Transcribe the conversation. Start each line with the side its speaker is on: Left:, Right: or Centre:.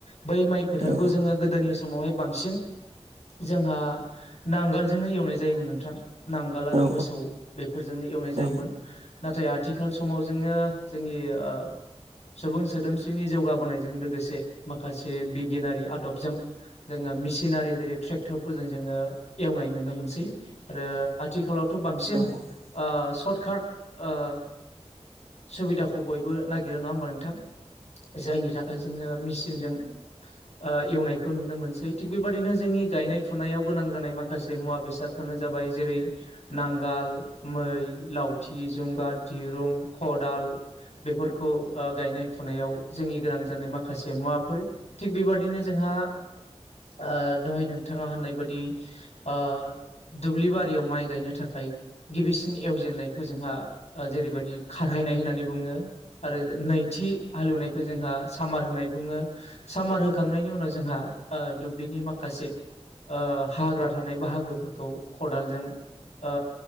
Left: बै माइ फोथारखौ
Right: औ
Left: जोङो गोदोनि समावहाय बांसिन जोंहा नांगोलजोंनो एवनाय जायोमोन नोंथां, नांगोल आरो
Right: औ
Left: मोसौ बे फोरजोंनो एवनाय जायोमोन
Right: औ
Left: नाथाय आथिखाल समाव जोङो जोंनि ओ सुबुं सोदोमस्रिनि जौगाबोनायजों लोगोसे माखासे बिगियानारि आदबजों जोङो मेसिनारि जेरै ट्रेक्टरफोरजों जोङो एवनाय नुनो मोनसै। आरो आथिखालावथ' बांसिन ओ
Right: औ औ
Left: सर्ट काट ओ सुबिदाखौ बयबो नागिरो नङा होमबा नोंथां? जायनि थाखाय जोङो मेचिनजों ओ एवनायखौ नुनो मोनसै थिग बेबादिनो जोंनि गायनाय फुनायाव गोनां जानाय माखासे मुवा बेसादफ्रानो जाबाय जेरै नांगाल, मै, लावथि, जुंगाल, दिरुं, खदाल बेफोरखौ ओ गायनाय फुनायाव जोंनि गोनां जानाय माखासे मुवाफोर। थिग बेबादिनो जोंहा ओ दहाय नोंथाङा होननाय बायदि आ दुब्लि बारियाव माइ गायनो थाखाय गिबिसिन एवजेननायखौ जोंहा जेरैबायदि खारहैनाय होननानै बुङो। आरो नैथि हालेवनायखौ जोंहा सामार होननाय बुङो। सामार होखांनायनि उनाव जोंहा ओ दुब्लिनि माखासे हाग्रा थानाय बाहागोफोर खौ खदालजों ओ